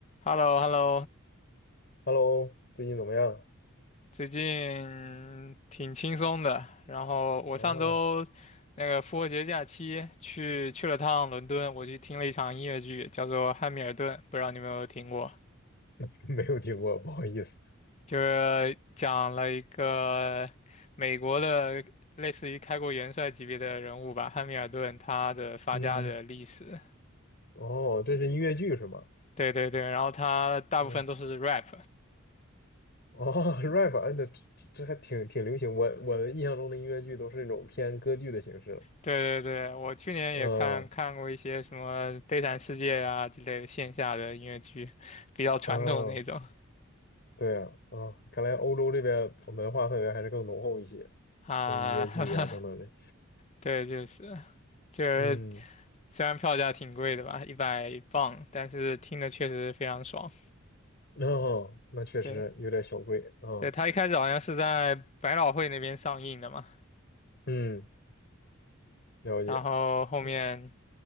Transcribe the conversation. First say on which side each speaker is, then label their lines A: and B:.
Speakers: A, on the left (about 30°); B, on the left (about 50°).
A: h e l l o h e l l o
B: Hello，最近怎么样？
A: 最近挺轻松的。然后我上周那个复活节假期去去了趟伦敦，
B: 哦，
A: 我去听了一场音乐剧，叫做《汉密尔顿》，不知道你有没有听过？
B: <laughs> 没有听过，不好意思。
A: 就是讲了一个美国的类似于开国元帅级别的人物吧，汉密尔顿他的发家的历史。
B: 嗯，哦，这是音乐剧是吗？
A: 对对对，然后他大部分都是
B: 哦
A: rap。
B: 哦 <laughs>，rap，嗯，那这这还挺挺流行。我我的印象中的音乐剧都是那种偏歌剧的形式了
A: 对对对，我去年也看看过一些什么《悲惨世界》呀之类的线下的音乐剧，
B: 嗯
A: 比较传统的那种
B: 嗯，对啊，啊，看来欧洲这边文化氛围还是更浓厚一些，
A: 啊。
B: 有音乐剧啊等等的。
A: <laughs> 对，就是就是
B: 嗯，
A: 虽然票价挺贵的吧，一百磅，但是听的确实非常爽。
B: 哦，那确实有点小贵啊。
A: 对对，他一开始好像是在百老汇那边上映的嘛，
B: 嗯，了解。
A: 然后后面
B: 嗯